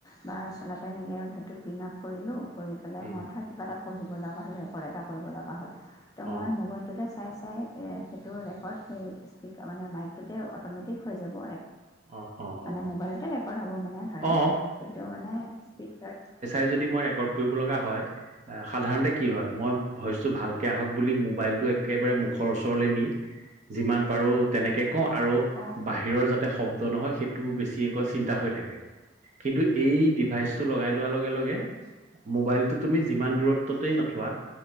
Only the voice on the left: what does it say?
বা চলাত তেনেকে সেইটো পিন আপ কৰিলোঁ কৰি পেলাই
মই ধৰা কিবা এটা পঢ়িব লগা হ'ল ৰেকৰ্ড এটা কৰিব লগা হ'ল তো
মই মোবাইলটোতে চাই চাই এ সেইটো ৰেকৰ্ড সেই স্পীক মানে মাইকটোতে অট'মেটিক হৈ যাব
মানে
মোবাইলতে ৰেকৰ্ড হ'ব মানে ধৰা
কিন্তু মানে স্পীকাৰ
অঁ অঁ